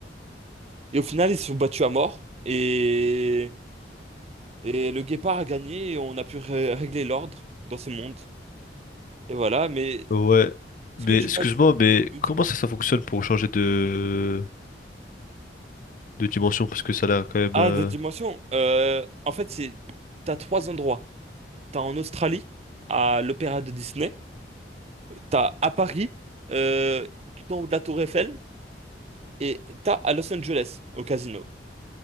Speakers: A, on the right; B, on the left.
A: Et au final, ils se sont battus à mort. Et, et le guépard a gagné et on a pu ré- régler l'ordre dans ce monde. Et voilà, mais
B: Ouais.
A: ce
B: Mais
A: que tu
B: excuse-moi,
A: m'as dit...
B: mais
A: Oui, dis-moi.
B: comment ça, ça fonctionne pour changer de... de dimension? Parce que ça a l'air quand même...
A: Ah,
B: euh,
A: d'autres dimensions. Euh, en fait, c'est t'as trois endroits. T'as en Australie, à l'Opéra de Disney. T'as à Paris, euh, tout en haut de la Tour Eiffel. Et t'as à Los Angeles, au casino,